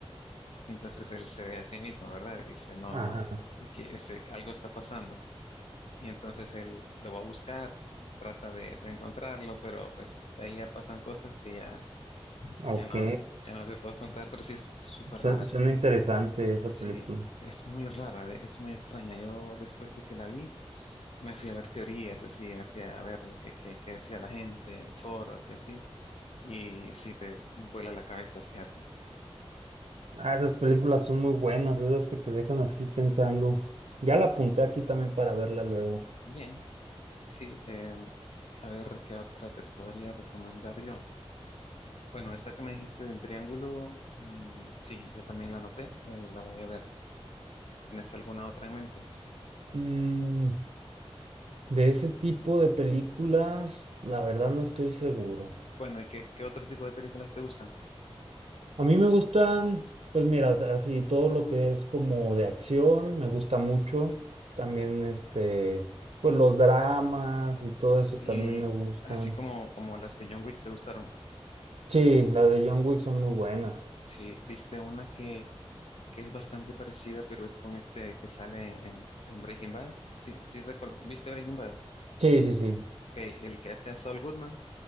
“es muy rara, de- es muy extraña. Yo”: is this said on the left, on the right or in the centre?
Left